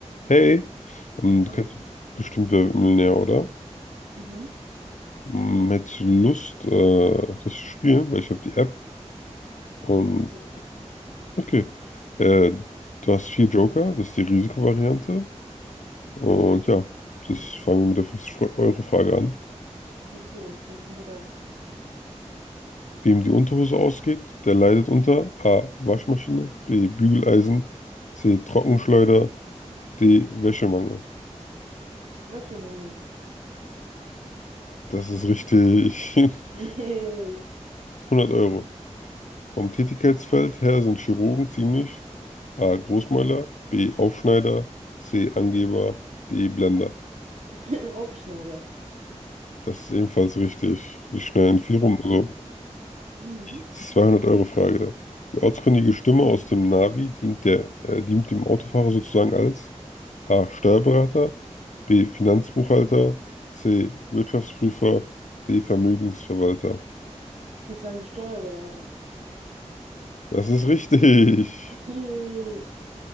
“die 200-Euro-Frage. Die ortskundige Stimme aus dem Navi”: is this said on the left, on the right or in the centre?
Left